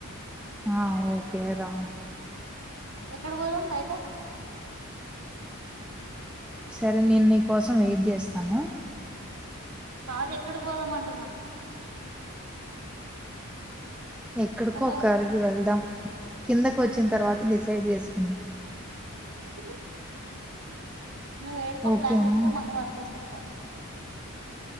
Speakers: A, in the centre; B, on the right (about 85°).
A: ఆ ఓకే రా
B: ఎక్కడ పోదాం బయట
A: సరే నేను నీ కోసం ఏది చేస్తాను
B: కాదు ఎక్కడ పోదామంటున్నా
A: ఎక్కడికో
B: హలో
A: ఒక్కడికి వెళ్దాం కిందకి వచ్చిన తర్వాత డిసైడ్ చేసుకుందాం
B: స నువ్వేడికో
A: ఓకేనా
B: ప్లాన్ చెప్తే మన పట్కోస్కుంట